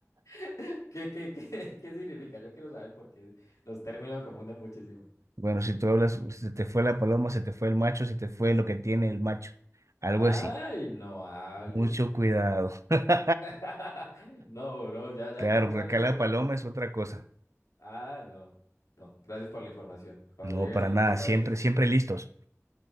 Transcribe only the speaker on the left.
<laughs> ¿Qué, qué, qué, qué significa? Yo quiero saber porque los términos confunden muchísimo.
Ay,
no hables.
<laughs> No, bro, ya, ya
con un
amigo
de,
de-
Ah, no. No, gracias por la información. Cuando
llegue
alguien
de tu país.